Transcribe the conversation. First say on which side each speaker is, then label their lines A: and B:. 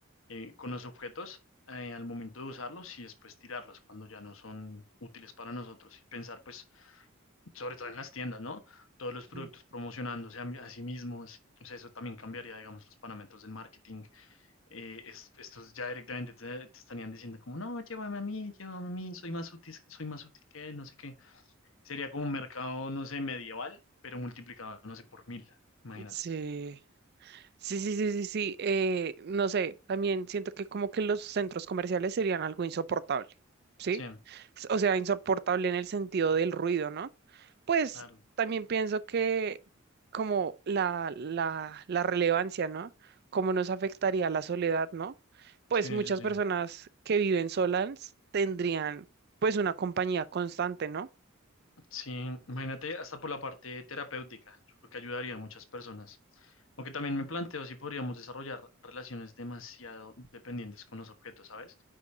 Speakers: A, on the left (about 75°); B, on the right (about 50°).
A: eh, con los objetos eh, al momento de usarlos y después tirarlos cuando ya no son útiles para nosotros. Y pensar, pues, sobre todo en las tiendas, ¿no? Todos los productos
B: Mm.
A: promocionándose a, a sí mismos. O sea, eso también cambiaría, digamos, los parámetros del marketing. Eh, es- estos ya directamente te, te estarían diciendo como, no, llévame a mí, llévame a mí, soy más útil, soy más útil que él, no sé qué. Sería como un mercado, no sé, medieval, pero multiplicado, no sé, por mil. Imagínate.
B: Sí. Sí, sí, sí, sí, sí. eh, no sé, también siento que como que los centros comerciales serían algo insoportable, ¿sí?
A: Sí,
B: S- O sea, insoportable en el sentido del ruido, ¿no? Pues
A: claro.
B: también pienso que como la, la, la relevancia, ¿no? Cómo nos afectaría la soledad, ¿no? Pues
A: Sí,
B: muchas
A: sí, sí.
B: personas que viven solas tendrían pues una compañía constante, ¿no?
A: Sí, imagínate hasta por la parte terapéutica, yo creo que ayudaría a muchas personas. Aunque también me planteo si podríamos desarrollar relaciones demasiado dependientes con los objetos, ¿sabes?